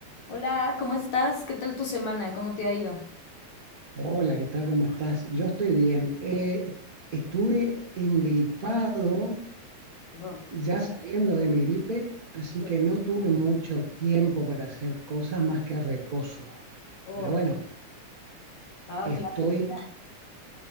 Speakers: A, on the left; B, on the right.
A: Hola, ¿cómo estás? ¿Qué tal tu semana? ¿Cómo te ha ido?
B: Hola, ¿qué tal? ¿Cómo estás? Yo estoy bien. Eh, estuve engripado
A: Oh,
B: ya saliendo de mi gripe, así
A: sí.
B: que no tuve mucho tiempo para hacer cosas más que reposo.
A: oh,
B: Pero bueno,
A: ah,
B: estoy,
A: qué lástima. <laughs>